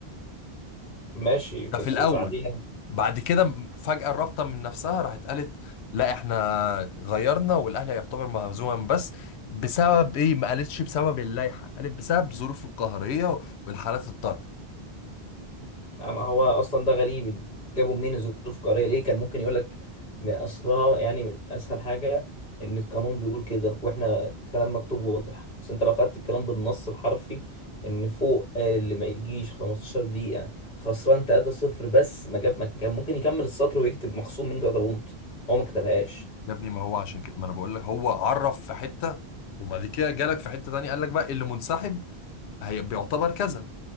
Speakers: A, on the left (about 45°); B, on the left (about 85°).
A: ماشي بس
B: ده في الاول
A: بعدين
B: بعد كده فجاه الرابطه من نفسها راحت قالت لا احنا غيرنا والاهلي هيعتبر مهزوما بس بسبب ايه ما قالتش بسبب اللائحه قالت بسبب ظروف القهريه والحالات الطارئه
A: آه، ما هو اصلا ده غريب جابوا منين الظروف القهريه ليه كان ممكن يقول لك من اصلها يعني من اسهل حاجه ان القانون بيقول كده واحنا كلام مكتوب واضح بس انت لو خدت الكلام بالنص الحرفي ان فوق قال اللي ما يجيش 15 دقيقه خسران 3-0 بس ما جاب ما كان ممكن يكمل السطر ويكتب مخصوم منه 3 بونت هو ما كتبهاش
B: يا ابني ما هو عشان كده ما انا بقول لك هو عرف في حته وبعد كده جالك في حته تانية قال لك بقى اللي منسحب هي بيعتبر كذا